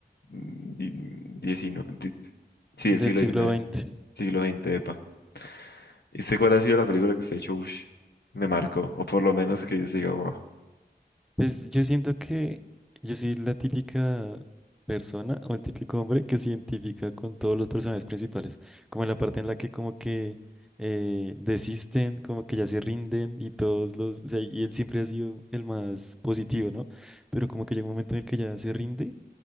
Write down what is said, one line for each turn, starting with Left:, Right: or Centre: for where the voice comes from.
Left: diecinueve sí, del
Centre: Del
Left: siglo
Centre: siglo
Left: diecinueve
Centre: XX.
Left: siglo veinte epa. ¿Y usted cuál ha sido la película que usted ha dicho, uff, me marcó? O por lo menos que yo diga, wow.
Centre: Pues yo siento que yo soy la típica persona o el típico hombre que se identifica con todos los personajes principales, como en la parte en la que como que eh, desisten, como que ya se rinden y todos los, o sea, y él siempre ha sido el más positivo, ¿no? Pero como que llega un momento en el que ya se rinde